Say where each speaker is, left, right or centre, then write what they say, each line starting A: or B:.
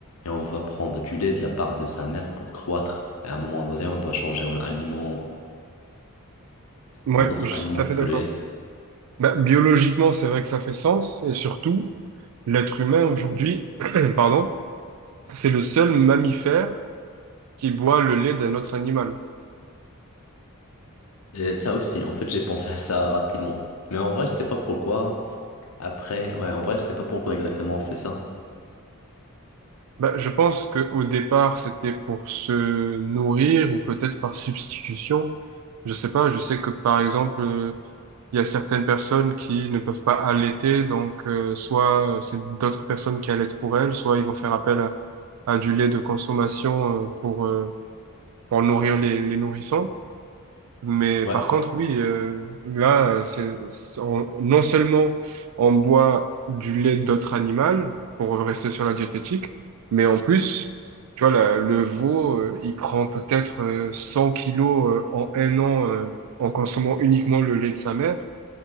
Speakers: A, on the left (about 75°); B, on the right (about 75°).
A: et on va prendre du lait de la part de sa mère pour croître. Et à un moment donné, on doit changer en aliment,
B: Ouais,
A: en d'autres
B: je
A: aliments
B: suis tout à fait
A: que
B: d'accord.
A: le lait.
B: Bah, biologiquement, c'est vrai que ça fait sens, et surtout, l'être humain aujourd'hui, <clears throat> pardon, c'est le seul mammifère qui boit le lait d'un autre animal.
A: Et ça aussi, en fait, j'ai pensé à ça rapidement. Mais en vrai, je sais pas pourquoi. Après, ouais, en vrai, je sais pas pourquoi exactement on fait ça.
B: Bah, je pense que au départ, c'était pour se nourrir ou peut-être par substitution. Je sais pas, je sais que par exemple, euh, il y a certaines personnes qui ne peuvent pas allaiter, donc euh, soit c'est d'autres personnes qui allaitent pour elles, soit ils vont faire appel à, à du lait de consommation euh, pour, euh, pour nourrir les, les nourrissons. Mais
A: Ouais.
B: par contre, oui, euh, là, euh, c'est, c'est- on- non seulement on boit du lait d'autres animaux pour rester sur la diététique, mais en plus, tu vois, la- le veau, euh, il prend peut-être euh, 100 kilos euh, en un an euh, en consommant uniquement le lait de sa mère.